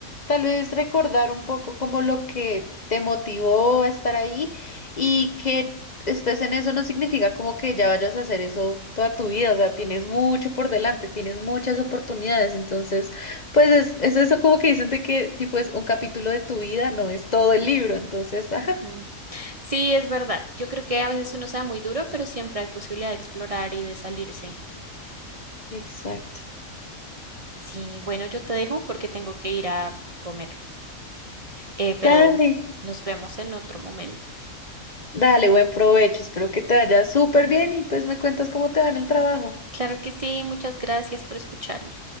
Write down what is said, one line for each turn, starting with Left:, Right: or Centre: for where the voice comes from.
Left: Tal vez recordar un poco como lo que te motivó a estar ahí y que estés en eso no significa como que ya vayas a hacer eso toda tu vida, o sea, tienes mucho por delante, tienes muchas oportunidades, entonces, pues es, es eso como que dicen de que tipo es un capítulo de tu vida, no es todo el libro, entonces, ajá,
Right: Ujú. Sí, es verdad. Yo creo que a veces uno se da muy duro, pero siempre hay posibilidad de explorar y de salirse.
Left: exacto.
Right: Sí, bueno, yo te dejo porque tengo que ir a comer, eh, pero
Left: Dale,
Right: nos vemos en otro momento.
Left: dale, buen provecho, espero que te vaya súper
Right: Ujú.
Left: bien y pues me cuentas cómo te va en el trabajo.
Right: Claro que sí, muchas gracias por escucharme.